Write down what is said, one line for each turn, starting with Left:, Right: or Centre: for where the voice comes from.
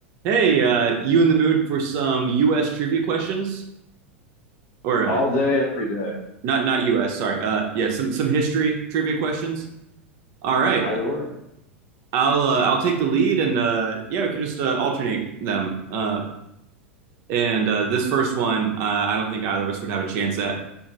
Right: Hey, uh, you in the mood for some U.S. trivia questions? Or uh,
Left: All day, every day,
Right: not not U.S. Sorry. Uh, yeah, some some history trivia questions. All right,
Left: either or.
Right: I'll uh, I'll take the lead, and uh, yeah, we can just uh, alternate them. Uh, and uh, this first one, uh, I don't think either of us would have a chance at.